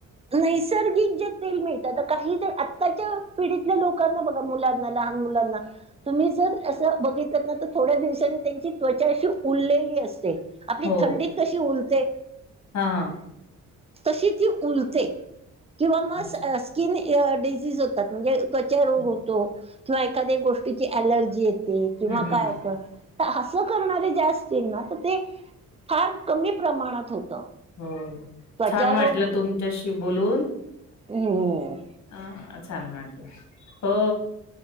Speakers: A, on the right; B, on the left.
A: नैसर्गिक जे तेल मिळतात काही ज आत्ताच्या पिढीतल्या लोकांना बघ मुलाना लहान मुलांना तुम्ही जर अस बघितलत ना तर थोड्या दिवसानी त्यांची त्वचा अशी उललेली असते, आपली
B: हो.
A: थंडीत कशी उलते.
B: हां हां.
A: तशी ती उलते किंवा मग
B: अच्छा.
A: अस स स्किन या डिनीज होतात म्हणजे त्वचा रोग
B: हं,
A: होतो. किंवा एखाद्या गोष्टीची ऍलर्जी येते किंवा
B: हं. हं.
A: काय होतं तर असं करणारे जास्त ते ना तर ते फार कमी प्रमाणात होत.
B: हो
A: त्वचारोग
B: छान वाटलं तुमच्याशी बोलून.
A: हो हो
B: ह छान वाटल हो.